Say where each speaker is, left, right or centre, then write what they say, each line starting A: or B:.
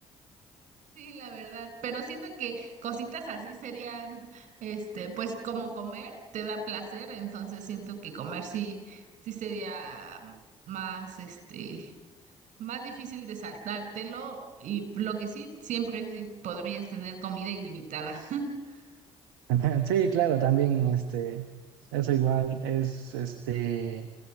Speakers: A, on the right; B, on the right.
A: Sí, la verdad, pero siento que cositas así serían, este, pues como comer te da placer, entonces siento que comer sí, sí sería más, este, más difícil de saltártelo y lo que sí, siempre podrías tener comida ilimitada. <laughs>
B: <laughs> Sí, claro, también este, eso igual es este,